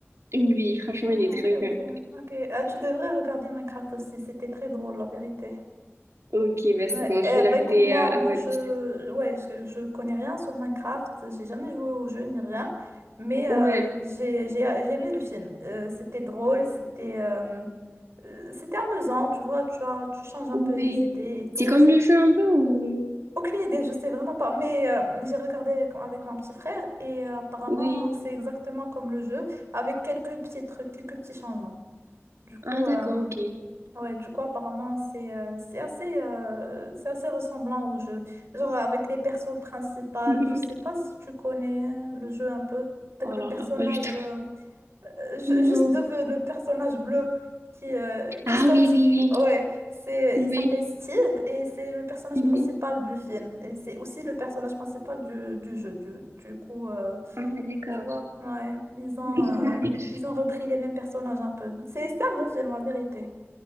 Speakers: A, on the right; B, on the right.
A: Oui, franchement,
B: Ah,
A: il est très
B: ok, ok,
A: bien.
B: ok. Ah, tu devrais regarder Minecraft aussi, c'était très drôle, la vérité.
A: Ok, bah
B: Ouais,
A: c'est bon,
B: eh,
A: je vais l'ajouter
B: bah écoute, moi,
A: euh, à
B: moi
A: ma
B: je,
A: liste.
B: ouais, je, je connais rien sur Minecraft, j'ai jamais joué au jeu ni rien, mais
A: Ouais,
B: euh, j'ai, j'ai, j'ai aimé le film. Euh, c'était drôle, c'était euh, euh, c'était amusant, tu vois, tu as, tu changes un
A: oui.
B: peu les idées et tout.
A: C'est comme le jeu un peu ou...
B: Aucune idée, je sais vraiment pas, mais euh, j'ai regardé avec, avec mon petit frère et euh, apparemment
A: Oui.
B: c'est exactement comme le jeu, avec quelques petits trucs, quelques petits changements. Du coup,
A: Ah, d'accord,
B: euh,
A: ok. <laughs>
B: Ouais, du coup, apparemment, c'est euh, c'est assez, euh, c'est assez ressemblant au jeu. Genre, avec les persos principaux,
A: Mhm.
B: je sais pas si tu connais euh, le jeu un peu. Avec
A: Oh
B: le
A: là
B: personnage,
A: là, pas du tout.
B: euh, euh, ju-
A: Non.
B: juste de, le personnage bleu qui, euh, qui
A: Ah
B: saute.
A: oui, oui,
B: Ouais, c'est,
A: oui.
B: il s'appelle
A: Oui.
B: Steve et c'est le personnage
A: Mhm.
B: principal du film. Et c'est aussi le personnage principal du, du jeu. Du, du coup, euh,
A: Ah, d'accord.
B: tu vois, ouais, ils ont,
A: <laughs>
B: euh, ils ont repris
A: Mhm.
B: les mêmes personnages un peu. C'est, c'était un bon film, en vérité.